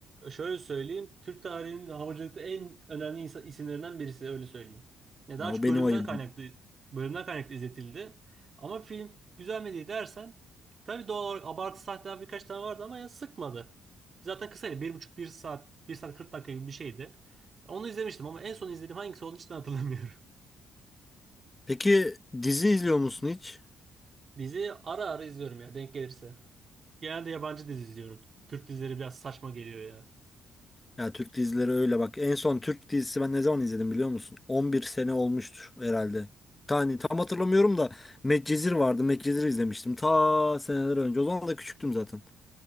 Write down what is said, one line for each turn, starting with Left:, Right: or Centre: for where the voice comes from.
Right: Şöyle söyleyeyim. Türk tarihinin havacılıkta en önemli insan, isimlerinden birisi öyle söyleyeyim. Ya daha
Left: Ya, o
Right: çok
Left: benim
Right: bölümden
Left: ayıbım.
Right: kaynaklı bölümden kaynaklı izletildi. Ama film güzel mi diye dersen tabii doğal olarak abartı sahneler birkaç tane vardı ama ya sıkmadı. Zaten kısaydı. Bir buçuk, bir saat, bir saat 40 dakika gibi bir şeydi. Onu izlemiştim ama en son izlediğim hangisi olduğunu hiç de hatırlamıyorum.
Left: Peki dizi izliyor musun hiç?
Right: <laughs> Dizi ara ara izliyorum ya denk gelirse. Genelde yabancı dizi izliyorum. Türk dizileri biraz saçma geliyor ya.
Left: Ya Türk dizileri öyle bak. En son Türk dizisi ben ne zaman izledim biliyor musun? 11 sene olmuştur herhalde. Tane tam hatırlamıyorum da Medcezir vardı. Medcezir izlemiştim. Ta seneler önce. O zaman da küçüktüm zaten.